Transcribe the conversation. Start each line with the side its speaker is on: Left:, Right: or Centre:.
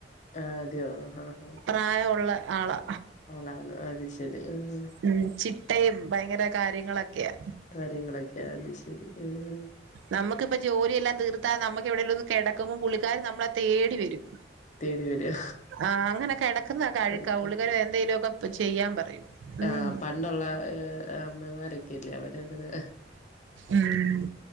Left: ആഹ് അതെയോ ആഹ് ആഹ്
Right: പ്രായം ഒള്ളെ ആളാ
Left: ആളാണോ അത് ശെരി ഉം
Right: ഉം ചിട്ടേം ഭയങ്കര കാര്യങ്ങളൊക്കെയാ
Left: കാര്യങ്ങളൊക്കെയാ അത് ശെരി ഏഹ്
Right: നമുക്കിപ്പ ജോലിയെല്ലാം തീർത്താ നമുക്ക് എവിടേലും ഒന്ന് കെടക്കുമ്പോ പുള്ളിക്കാരി നമ്മളെ തേടി വരും
Left: തേടി വരോ
Right: ആഹ് അങ്ങനെക്കെടക്കുന്നെക്കെ അഴുക്കാ
Left: ഓക്കെ
Right: പുള്ളിക്കാരി എന്തെലുവോക്കെ ചെയ്യാൻ പറയും ഉം.
Left: ആഹ് പണ്ടൊള്ള അമ്മമാരൊക്കെല്ലേ അവരങ്ങനെ
Right: ഉം